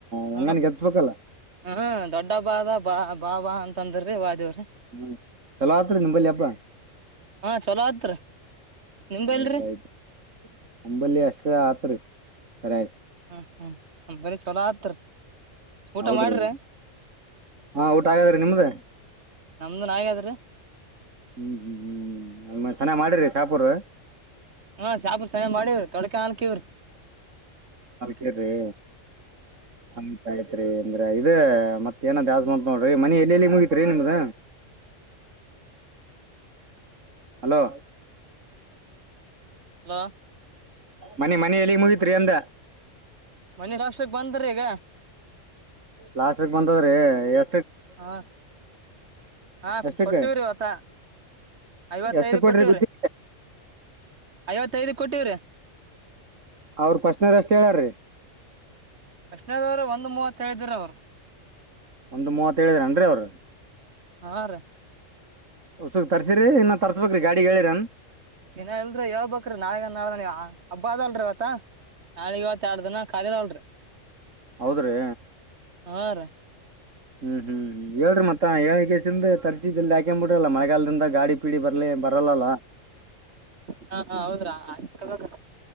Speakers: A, on the right; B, on the right.
A: ಹೆಂಗನ್
B: ಹ್ಮ
A: ಗೆಲ್ಸ್ಬೇಕಲ್ಲ
B: ಹ್ಮ ದೊಡ್ಡ ಹಬ್ಬದ ಬಾ ಬಾಬಾ ಅಂ ತಂದಾರಿ ವಾದ್ಯ.
A: ಹ್ಮ ಚಲೋ ಆತ್ರಿ ನಿಂಬಲ್ಲಿ ಹಬ್ಬ
B: ಹಾ ಚಲೋ ಆತ್ರಿ ನಿಂಬಲ್ರಿ
A: ಆಯ್ತಾಯ್ತು ನಿಂಬಲ್ಲಿ ಅಷ್ಟ ಆತ್ರಿ. ಸರಿ ಆಯ್ತ್
B: ಹ್ಮ್ ಹ್ಮ್ ಬರೀ ಚೊಲೋ ಆತ್ರಿ ಊಟ
A: ಹೌದ್ರಿ
B: ಮಾಡಿರ್ರ
A: ಹಾ ಊಟ ಆಗ್ಯಾದ್ರಿ ನಿಮ್ದ
B: ನಮ್ದುನು ಆಗ್ಯದ ರಿ.
A: ಹ್ಮ್ ಹ್ಮ್ ಹ್ಮ್ ಅ ಚನ್ನ ಮಾಡಿರಿ ಚಾಪೂರ್.
B: ಹಾ ಶಾಪ ಸಣ ಮಾಡವ್ರಿ ತೊಡ್ಕ ಹನ್ಕವ್ರಿ.
A: ಕೆರೆ. <unintelligible> ಆಯ್ತ್ರಿ. ಅಂದ್ರೆ ಇದ ಮತ್ತ ಏನದ ಯಾವ್ದ್ ಬಂತ್ ನೋಡ್ರಿ ಮನಿ ಎಲ್ಲ ಎಲ್ಲಿಗೆ ಮುಗಿತ್ರಿ ನಿಮ್ದ. ಹಲೋ.
B: ಹಲೋ.
A: ಮನೆ ಮನಿ ಎಲ್ಲಿಗ್ ಮುಗಿತ್ರಿ ಅಂದ.
B: ಮನೆ ಲಾಸ್ಟಗ ಬಂದ್ರೀ ಈಗ.
A: ಲಾಸ್ಟಕ್ ಬಂದದ್ರಿ ಎ
B: ಹಾ ಹಾ
A: ಎಷ್ಟಕ್
B: ಕೊಟ್ಟವ್ರಿ ಅವತ್ತ ಐವತ್ತೈದು
A: ಎಷ್ಟ ಕೊಟ್ರಿ
B: ಕೊಟ್ಟವ್ರಿ
A: ಗುತ್ತಿ
B: ಐವತ್ತೈದ. ಕೊಟ್ಟಿವ್ರಿ.
A: ಅವ್ರ ಪಸ್ನರ್ಷ್ಟ ಹೇಳಾರೀ.
B: ಫಸ್ಟ್ನೆದವ್ರ ಒಂದ್ ಮೂವತ್ ಹೇಳಿದ್ರ ಅವ್ರು.
A: ಒಂದು ಮೂವತ್ತ ಹೇಳದ್ರಿ ಏನ್ ರಿ ಅವ್ರ.
B: ಹಾ ರಿ.
A: ಉಸುಕ್ ತರ್ಸಿರಿ ಇನ್ನ ತರ್ಸ್ಬೇಕ್ರಿ ಗಾಡಿಗ್ ಹೇಳಿರನ್.
B: ಇನ ಇಲ್ರಿ ಹೇಳ್ಬಕ್ರಿ ನಾಳಿಗನ್ ನಾಳನ ಹಬ್ಬ ಅದಲ್ರೀವತ್ತ. ನಾಳಿಗ್ ಇವತ್ತ ಎಡ್ ದಿನ ಖಾಲಿನ ಅಲ್ರಿ.
A: ಹೌದ್ರೀ.
B: ಹಾ ರೀ
A: ಹ್ಮ್ ಹ್ಮ್ ಹೇಳ್ರಿ ಮತ್ತ ಹೇಳ್ಗೇಸಿಂದ ತರ್ಸಿ ಜಲ್ದಿ ಹಾಕೇಂಬ್ ಬಿಟ್ರಲ್ಲ ಮಳೆಗಾಲದಿಂದ ಗಾಡಿ ಪೀಡಿ ಬರ್ಲಿ ಬರಲ್ಲಲ್ಲ.
B: ಹಾ ಹಾ ಹೌದ್ರಾ ಹಾಕ್ಬೇಕ